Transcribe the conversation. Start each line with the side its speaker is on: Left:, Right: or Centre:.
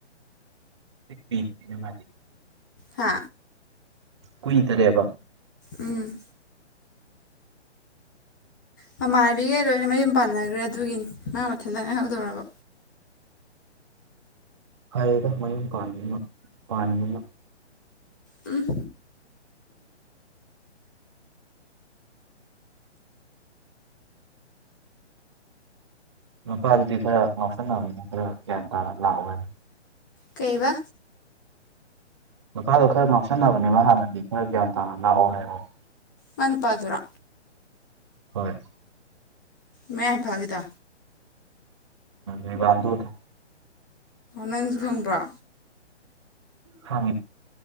Right: ꯔꯤ ꯃꯥ <unintelligible>
Left: ꯍꯥ
Right: ꯀꯨꯏꯗꯔꯦꯕ
Left: ꯎꯝ ꯃꯃꯥꯟꯅꯕꯤꯒꯩ ꯂꯣꯏꯅ ꯃꯌꯨꯝ ꯄꯥꯟꯅꯈ꯭ꯔꯦ ꯑꯗꯨꯒꯤꯅꯤ ꯃꯥ ꯃꯊꯟꯇ ꯉꯥꯏꯍꯧꯗꯧꯔꯕ
Right: ꯐꯔꯦꯗ ꯃꯌꯨꯝ ꯄꯟꯒꯤꯕꯅꯥ ꯄꯥꯟꯒꯤꯕꯅꯥ
Left: ꯎꯝ
Right: ꯅꯨꯄꯥꯗꯨꯗꯤ ꯈꯔ ꯉꯥꯎꯁꯟꯅꯕꯅꯤ ꯈꯔ ꯒ꯭ꯌꯥꯟ ꯇꯥꯅ ꯂꯥꯛꯑꯣ ꯍꯥꯏꯅꯤ
Left: ꯀꯩꯕ
Right: ꯃꯄꯥꯗꯣ ꯈꯔ ꯉꯥꯎꯁꯟꯅꯕꯅꯤꯅ ꯍꯥꯟꯅꯗꯤ ꯈꯔ ꯒ꯭ꯌꯥꯟ ꯇꯥꯅ ꯂꯥꯛꯑꯣ ꯍꯥꯏꯑꯣ
Left: ꯃꯥꯏ ꯅꯨꯄꯥꯗꯨꯔ
Right: ꯍꯣꯏ
Left: ꯃꯌꯥꯡ ꯏꯝꯐꯜꯒꯤꯗꯣ
Right: ꯎꯝꯕꯥꯥꯟꯗꯗ <unintelligible>
Left: ꯅꯪꯖꯨ ꯈꯪꯕ꯭ꯔ
Right: ꯈꯡꯏ